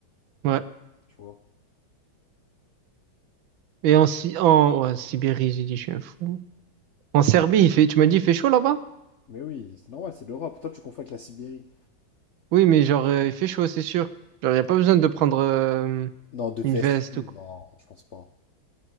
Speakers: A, on the right; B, on the left.
A: Ouais.
B: Tu vois.
A: Et en, Si- en ouais, Sibérie, j'ai dit, je suis un fou. En Serbie, il fait, tu m'as dit, il fait chaud là-bas?
B: Mais oui, c'est normal, c'est l'Europe. Toi, tu confonds avec la Sibérie.
A: Oui, mais genre, euh, il fait chaud, c'est sûr. Genre, il n'y a pas besoin de prendre euh,
B: Non, de veste
A: une veste
B: et tout.
A: ou quoi.
B: Non, je pense pas.